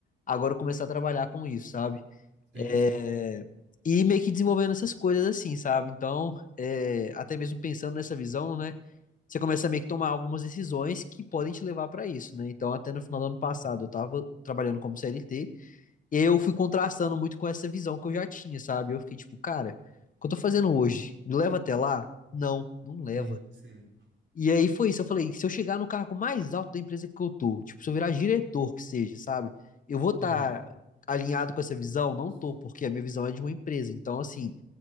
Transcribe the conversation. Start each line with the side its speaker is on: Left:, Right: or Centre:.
Left: agora começar a trabalhar com isso, sabe?
Right: Sim,
Left: É,
Right: sim. Sim,
Left: E meio que desenvolvendo essas coisas assim, sabe? Então, é, até mesmo pensando nessa visão, né? Você começa a meio que tomar algumas decisões que podem te levar para isso, né? Então, até no final do ano passado,
Right: Uhum.
Left: eu tava trabalhando como CLT, eu fui contrastando muito com essa visão que eu já tinha, sabe? Eu fiquei tipo, cara, o que eu tô fazendo hoje? Me leva até lá? Não, não leva.
Right: sim. sim.
Left: E aí foi isso, eu falei, se eu chegar no cargo mais alto da empresa que eu tô, tipo, se eu virar diretor que seja, sabe? Eu vou estar
Right: Uhum.
Left: alinhado com essa visão?
Right: Isso.
Left: Não tô, porque a minha visão é de uma empresa. Então, assim,